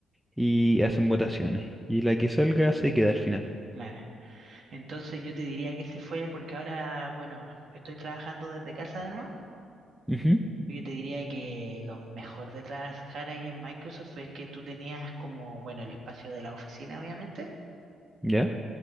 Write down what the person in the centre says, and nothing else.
y hacen votaciones. Y la que salga se queda al final.
Ujú,
¿Ya?